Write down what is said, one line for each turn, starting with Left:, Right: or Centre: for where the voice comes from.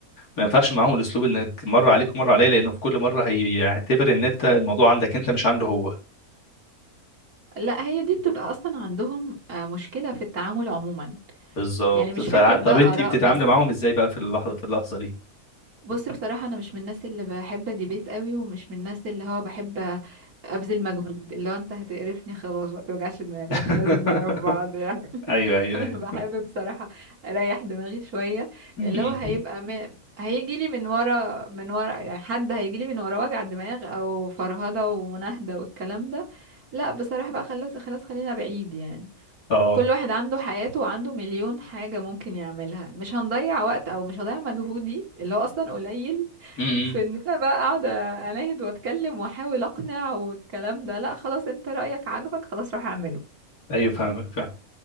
Left: ما ينفعش معاهم الاسلوب انك مره عليك ومره عليه لانه في كل مره هيعتبر ان انت الموضوع عندك انت مش عنده هو
Right: لا هي دي بتبقى اصلا عندهم آه، مشكلة في التعامل عموما
Left: بالظبط
Right: يعني مش
Left: ف...
Right: فكرة
Left: طب
Right: بقى
Left: انت
Right: آراء
Left: بتتعاملي
Right: بس
Left: معاهم ازاي بقى في اللحظه في اللحظه دي
Right: بص بصراحة أنا مش من الناس اللي بحب ديبيت قوي ومش من الناس اللي هو بحب أبذل مجهود اللي هو أنت هتقرفني خلاص ما توجعش دماغي
Left: <laughs>
Right: مش لازم نعرف بعض يعني
Left: ايوه
Right: <laughs>
Left: ايوه
Right: أنا
Left: ايوه
Right: بحب بصراحة أريح دماغي شوية
Left: م-م.
Right: اللي هو هيبقى م... هيجي لي من ورا من ورا يعني حد هيجي لي من ورا وجع دماغ أو فرهدة ومناهدة والكلام ده لا بصراحة بقى خلاص خلاص خلينا بعيد يعني
Left: اه
Right: كل واحد عنده حياته وعنده مليون حاجة ممكن يعملها مش هنضيع وقت او مش هضيع مجهودي اللي هو اصلا قليل <laughs>
Left: م-م.
Right: في ان انا بقى قاعدة اناهد واتكلم واحاول اقنع والكلام ده لا خلاص انت رأيك عاجبك خلاص روح اعمله
Left: ايوه فاهمك فاهم